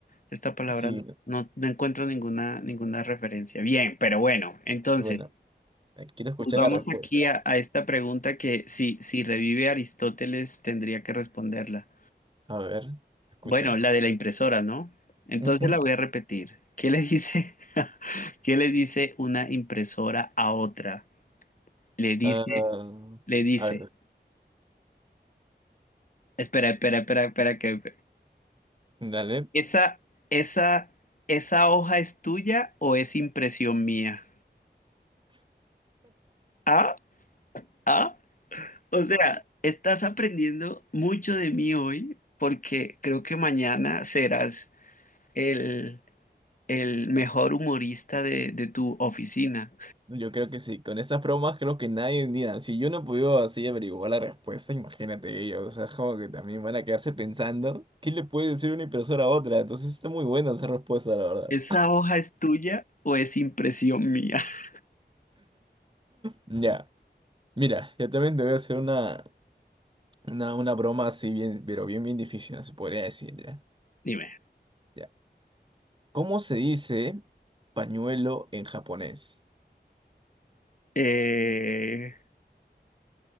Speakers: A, on the left; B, on the right.
A: esta palabra
B: Sí,
A: no, no, no encuentro ninguna, ninguna referencia. Bien, pero bueno, entonces.
B: bueno, eh, quiero escuchar
A: Volvamos
B: la respuesta.
A: aquí a, a esta pregunta que si, si revive Aristóteles tendría que responderla.
B: A ver, escucho.
A: Bueno, la de la impresora, ¿no? Entonces
B: Ujú.
A: la voy a repetir. ¿Qué le dice? <laughs> ¿Qué le dice una impresora a otra? Le dice,
B: Ah,
A: le dice,
B: a ver,
A: espera, espera, espera, espera, que
B: dale.
A: esa, esa, esa hoja es tuya o es impresión mía? Ah, ah, o sea, estás aprendiendo mucho de mí hoy porque creo que mañana serás el, el mejor humorista de, de tu oficina.
B: Yo creo que sí, con esas bromas creo que nadie, mira, si yo no pude así averiguar la respuesta, imagínate ellos, o sea, como que también van a quedarse pensando, ¿qué le puede decir una impresora a otra? Entonces está muy buena esa respuesta, la verdad.
A: ¿Esa hoja es tuya o es impresión mía? <laughs>
B: Ya, mira, yo también te voy a hacer una, una, una broma así bien, pero bien, bien difícil, se podría decir, ya.
A: Dime.
B: Ya. ¿Cómo se dice pañuelo en japonés?
A: Eh,